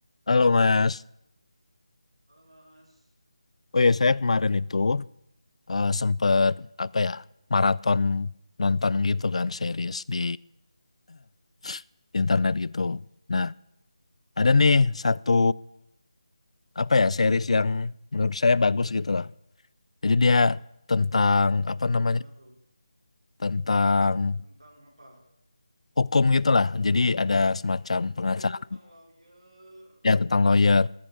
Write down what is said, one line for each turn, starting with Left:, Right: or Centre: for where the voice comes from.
Left: Halo Mas,
Right: Halo Mas,
Left: oh ya saya kemarin itu eh, sempet apa ya maraton nonton gitu kan series di <clears throat> internet gitu. Nah ada nih satu apa ya series yang menurut saya bagus gitu loh. Jadi dia tentang apa namanya
Right: yang mana tuh?
Left: tentang
Right: Tentang apa?
Left: hukum gitu lah. Jadi ada semacam pengacara
Right: Oh, tentang lawyer.
Left: ya tentang lawyer